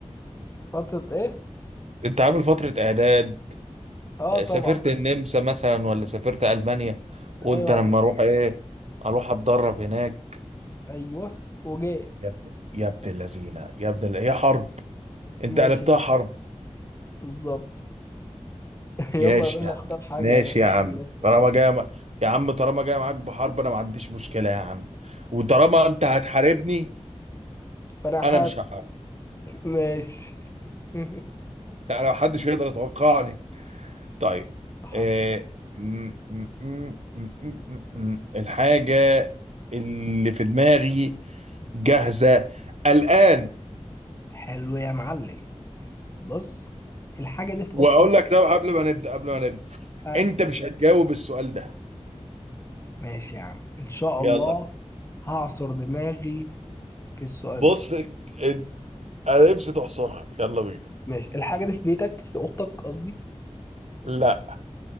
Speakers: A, on the left; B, on the right.
A: فتره ايه
B: انت عامل فترة اعداد
A: اه طبعا
B: سافرت النمسا مثلا ولا سافرت المانيا قلت
A: ايوه
B: أنا لما اروح ايه اروح اتدرب هناك
A: ايوه وجاي
B: يا ابن يا ابن اللذينه يا ابن ال- هي حرب انت
A: ماشي
B: قلبتها حرب
A: بالظبط <laughs> يلا
B: ماشي
A: يا باشا
B: يا عم
A: اختار حاجه
B: ماشي
A: يا باشا
B: يا عم
A: عشان نخلص
B: طالما
A: يا
B: جاي
A: باشا
B: م... يا عم طالما جاي معاك بحرب انا ما عنديش مشكله يا عم وطالما انت هتحاربني
A: فانا حاط
B: انا مش هحارب
A: ماشي <laughs>
B: انا ما حدش يقدر يتوقعني طيب
A: حصل
B: آه... م... م... م... م... م... م... الحاجه اللي في دماغي جاهزه الان
A: حلو يا معلم بص الحاجه دي في
B: واقول
A: اوضتك
B: لك ده قبل ما نبدا قبل ما نبدا
A: اه
B: انت مش هتجاوب السؤال ده
A: ماشي يا عم ان شاء
B: يلا
A: الله هعصر دماغي في السؤال
B: بص
A: ده
B: انت- انت- انا نفسي تعصرها يلا بينا
A: ماشي الحاجة دي في بيتك في أوضتك قصدي
B: لا